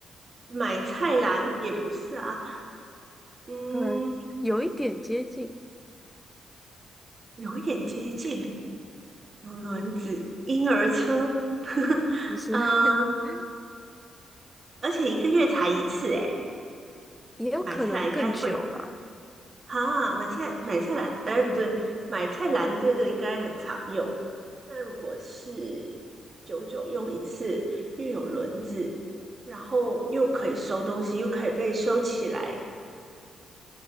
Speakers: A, on the right (about 40°); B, in the centre.
A: 买菜篮也不是啊，嗯，
B: 呃，有一点接近，
A: 有一点接近，有轮子，婴儿车，<laughs> 呵呵，
B: 不是，
A: 嗯，
B: <laughs>
A: 而且一个月才一次，诶，
B: 也有可能更久了，
A: 买菜篮应该会哈，买菜买菜篮，哎，不对，买菜篮这个应该很常用。那如果是久久用一次，又有轮子，然后又可以收东西，又可以被收起来，